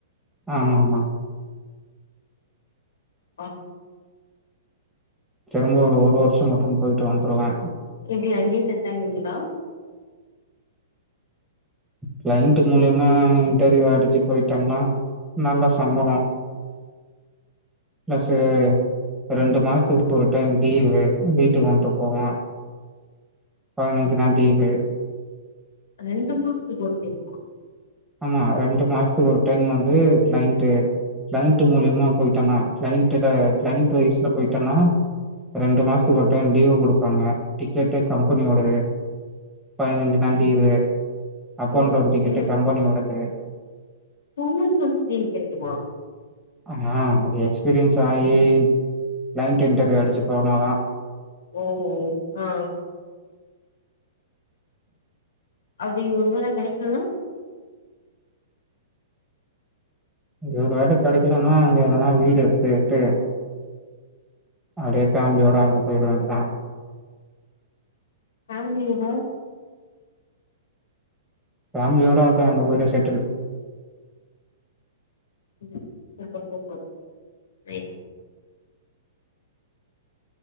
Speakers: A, in the centre; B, on the left (about 65°).
A: ஆமா ஆமா
B: அ
A: திரும்ப ஒரு வருஷம் மட்டும் போயிட்டு வந்துருவே
B: எப்டி அங்கயே செட் ஆயிருவீங்ளா
A: க்ளைண்டு மூலியமா இன்டர்வியூ அடிச்சு போய்டிட்டம்னா நல்ல சம்ளோ ப்ளஸு ரெண்டு மாசத்துக்கு ஒரு டைம் லீவு வீட்டுக்கு வந்துன்ட்டு போவோ பதினஞ்சு நாள் லீவு
B: ரெண்டு மாசத்துக்கு ஒரு டைமா
A: ஆமா ரெண்டு மாசத்துக்கு ஒரு டைம் வந்து க்ளைண்டு க்ளைண்டு மூலியமா போயிட்டனா க்ளைண்டுட க்ளைண்டு வய்ஸ்ல போய்ட்டனா ரெண்டு மாசத்துக்கு ஒரு டைம் லீவு குடுப்பாங்க டிக்கெட்டு கம்பெனியோட பதினஞ்சு நாள் leave up
B: okay.
A: and down Ticket கம்பெனியோடது
B: டூ மந்ஸ் ஒன்ஸ் லீ்வு கெடைக்குமா
A: ஆமா ஒரு எக்ஸ்பீரியன்ஸ் ஆயி க்ளைன்ட் இன்டர்வியூ அடிச்சு போனாதா
B: ஓ ஆ அப்டி ஒரு வேள கெடைக்கலனா
A: ஒரு வேள கெடைக்கலனா அங்க எதனா வீடு எடுத்துட்டு அப்டியே ஃபேமிலியோட அங்க போயிற வேண்டிதா
B: ஃபேம்லியவா
A: ஃபேம்லியோட அப்டியே அங்க போய்ட்டு செட்டில்
B: ம் சூப்பர் சூப்பர் நைஸ்